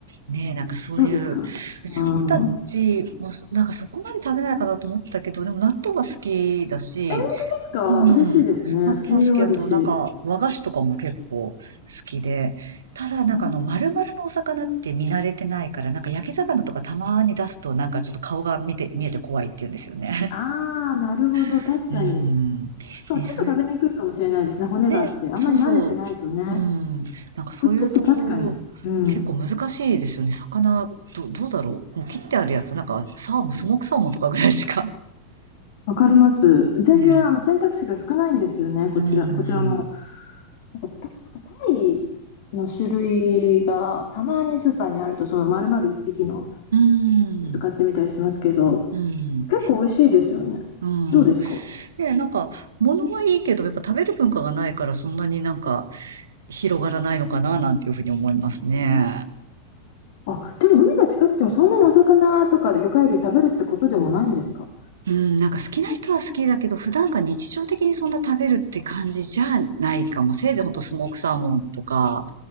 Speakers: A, on the right (about 65°); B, on the left (about 50°).
A: ねえ、なんかそういう、
B: どうですかうん。
A: うちの子たちもそ、なんかそこまで食べないかなと思ったけど、でも納豆が好きだし、
B: え、本当ですか嬉しいですね。
A: うん、納豆は好きだと、
B: 栄養あるし。
A: なんか和菓子とかも結構好きで、ただなんかあの丸々のお魚って見慣れてないから、
B: うん、
A: なんか焼き魚とかたまに出すとなんかちょっと顔が見て、見えて怖いって言うんですよね。
B: ああ、なるほど、
A: <laughs>
B: 確かに。
A: うん。
B: しかもちょっと食べにくいかもしれないですね、
A: ね、そういう
B: 骨があって。
A: ね、
B: あんまり慣れてないとね。
A: そうそう。うん。なんかそういうとこ、
B: こっちって確かに、うん、
A: 結構難しいですよね。魚、ど、どうだろう。もう切ってあるやつ、なんか、サーモン、スモークサーモンとかぐらいしか。
B: わかります。全然あの選択肢が少ないんですよね、
A: <laughs> ね。
B: こちら、
A: うん。
B: こちらも。なんかた、なんかタイの種類がたまにスーパーにあると、その丸々1匹の
A: うん。
B: ちょっと買ってみたりしますけど、
A: うん。
B: 結構美味しいですよね。
A: うん。
B: どうですか
A: ね、なんか、物はいいけど、やっぱ食べる文化がないから、そんなになんか、広がらないのかな、なんていうふうに思いますね。
B: あ、でも海が近くてもそんなにお魚とか魚介類食べるってことでもないんですか
A: うん、なんか好きな人は好きだけど、普段から日常的にそんな食べるって感じじゃないかも。せいぜいほんとスモークサーモンとか、